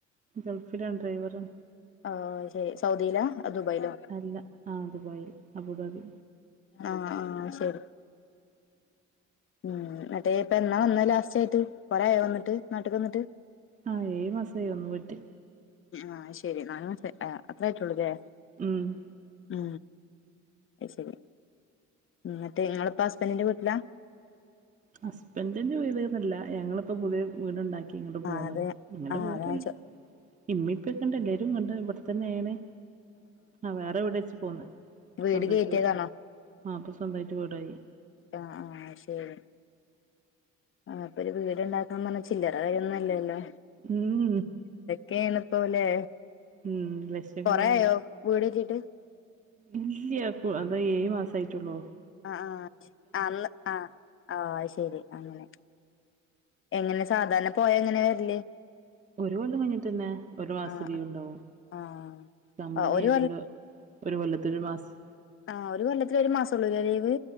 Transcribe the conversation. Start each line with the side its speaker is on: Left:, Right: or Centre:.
Right: ഗൾഫിലാ ഡ്രൈവറാ
Left: ആഹ് ശരി സൗദിയിലാ ദുബായിലോ
Right: അല്ല ആഹ് ദുബായില് അബുദാബി
Left: ആഹ് ആഹ് ശരി ഉം മറ്റേ ഇപ്പ എന്നാ വന്ന ലാസ്റ്റ് ആയിട്ട് കൊറെ ആയോ വന്നിട്ട് നാട്ടക്ക് വന്നിട്ട്
Right: ആഹ് ഏഴ് മാസം ആയി വന്ന് പോയിട്ട്
Left: ആഹ് ശെരി നാല് മാസ അത്രായിട്ടുള്ളൂല്ലേ
Right: ഉം
Left: ഉ ആഹ് ശരി എന്നിട്ട് നിങ്ങളിപ്പം ഹസ്ബൻഡിന്റെ വീട്ടിലാ
Right: ഹസ്ബൻഡിന്റെ വീട്ന്നല്ല ഞങ്ങളിപ്പോ പുതിയ വീടുണ്ടാക്കി ഇങ്ങോട്ട്
Left: ആഹ്
Right: പോന്ന്
Left: അതെ
Right: ഇങ്ങോട്ട്
Left: ആഹ്
Right: പോരല്ല
Left: അതാ ഞാൻ ചോ
Right: ഇമ്മ ഇപ്പൊക്കണ്ട് എല്ലാരും ഇണ്ട് ഇവിടെത്തന്നെയാണ് ആഹ് വേറെ വീട് വെച്ച് പോന്നേ ഇപ്പ
Left: വീട്
Right: സ്വന്തമായിട്ട്
Left: കയറ്റിയതാണോ
Right: ആഹ് ഇപ്പൊ സ്വന്തമായിട്ട് വീടായി
Left: ആഹ് ആഹ് ശരി ആഹ് അപ്പൊ ഒരു വീട്ണ്ടാക്കണം പറഞ്ഞ ചില്ലറ കാര്യൊന്നും അല്ലല്ലോ
Right: ഉം
Left: കേനത്തോല്ലേ
Right: ഉം ലക്ഷങ്ങള്
Left: കൊറേ
Right: വാണം
Left: ആയോ വീട് കിട്ടിട്ട്
Right: ഇല്ല്യ അപ്പോ അതേ ഏഴ് മാസ ആയിട്ടുള്ളൂ
Left: ആഹ് ആഹ് അന്ന് ആഹ് ആഹ് ശരി അങ്ങനെ എങ്ങനെ സാധാരണ പോയ എങ്ങനെ വരല്
Right: ഒരു കൊല്ലം കഴിഞ്ഞിട്ടന്നെ ഒരു മാസത്തെ
Left: ആ
Right: ലീവ് ഉണ്ടാവും
Left: ആ
Right: കമ്പനി
Left: ആ ഒരു
Right: ആയതുകൊണ്ട് ഒരു കൊല്ലത്തിലൊരു മാസം
Left: ആഹ് ഒരു കൊല്ലത്തില് ഒരു മാസം ഉള്ളൂല്ലേ ലീവ്